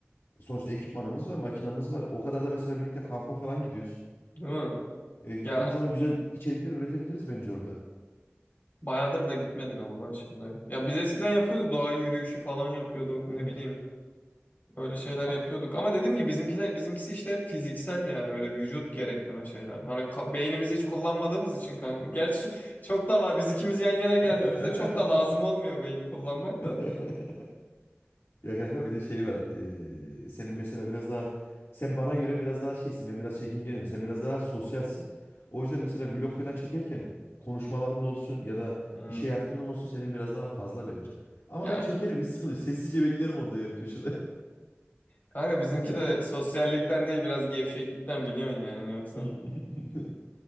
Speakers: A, on the left; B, on the left.
A: Sonuçta ekipmanımız var, makinamız var. O kadar da mesela birlikte kampa falan gidiyoruz.
B: Değil mi?
A: E, gittiğimiz
B: Ya
A: zaman güzel içerikler üretebiliriz bence orada.
B: bayağıdır da gitmedik ama ha şimdi. Ya biz eskiden yapıyorduk doğa yürüyüşü falan yapıyorduk ne
A: Evet.
B: bileyim. Böyle şeyler
A: A-
B: yapıyorduk. Ama dediğim gibi bizimkiler, bizimkisi işte fiziksel yani böyle vücut gerektiren şeyler. Hani ka- beynimizi hiç kullanmadığımız için kanka. Gerçi çok da la- biz ikimiz yan yana geldiğimizde
A: <laughs>
B: çok da lazım olmuyor beyni kullanmak da.
A: <laughs> Ya kanka bir de şey var. eee, senin mesela biraz daha sen bana göre biraz daha şeysin. Ben biraz çekingenim. Sen biraz daha sosyalsin. O yüzden mesela vlog falan çekerken konuşmalarında olsun ya da
B: Hmm.
A: işe yatkınlığın olsun senin biraz daha fazla bence. Ama
B: Ya
A: ben çekerim hiç sıkıntı yok. Sessizce beklerim orada yani köşede.
B: kanka bizimki
A: <laughs>
B: de sosyallikten değil biraz gevşeklikten biliyorsun yani yoksa.
A: Hmm. <laughs>